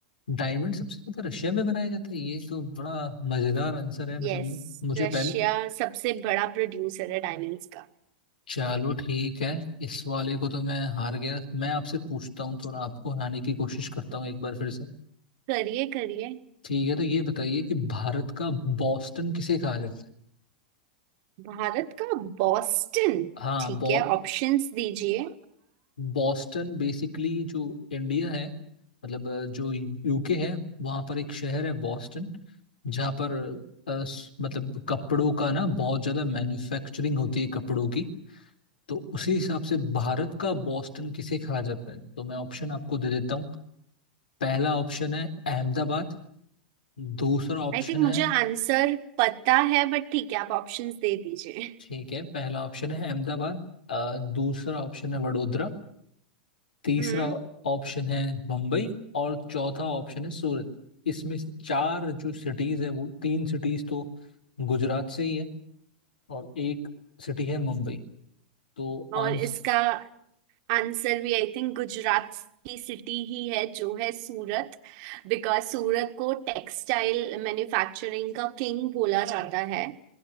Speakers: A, on the left; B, on the right.
A: डायमंड सबसे ज्यादा रशिया में बनाया जाता है ये तो बड़ा मजेदार आंसर है मतलब
B: यस
A: मुझे
B: रशिया
A: पहले
B: सबसे बड़ा प्रोड्यूसर है डायमंड्स का
A: चलो ठीक है इस वाले को तो मैं हार गया मैं आपसे पूछता हूँ थोड़ा आपको हराने की कोशिश करता हूँ एक बार फिर से
B: करिए करिए
A: ठीक है तो ये बताइए कि भारत का बॉस्टन किसे कहा जाता है
B: भारत का बॉस्टन
A: हाँ
B: ठीक
A: बॉ
B: है ऑप्शंस दीजिए
A: बॉस्टन बेसिकली जो इंडिया है मतलब अ, जो यूके है वहाँ पर एक शहर है बॉस्टन जहाँ पर अ, स- मतलब कपड़ों का ना बहुत ज़्यादा मैन्युफैक्चरिंग होती है कपड़ों की तो उसी हिसाब से भारत का बॉस्टन किसे कहा जाता है तो मैं ऑप्शन आपको दे देता हूँ पहला ऑप्शन है अहमदाबाद दूसरा ऑप्शन
B: आई थिंक
A: है
B: मुझे आंसर पता है बट ठीक है आप ऑप्शंस दे दीजिए
A: ठीक है पहला ऑप्शन है अहमदाबाद अ, दूसरा ऑप्शन है वडोदरा तीसरा
B: हम्म
A: ऑप्शन है मुंबई और चौथा ऑप्शन है सूरत इसमें से चार जो सिटीज है वो तीन सिटीज तो गुजरात से ही है और एक सिटी है मुंबई तो आंस
B: और इसका आंसर भी आई थिंक गुजरात की सिटी ही है जो है सूरत बिकॉज सूरत को टेक्सटाइल मैन्युफैक्चरिंग का किंग बोला जाता है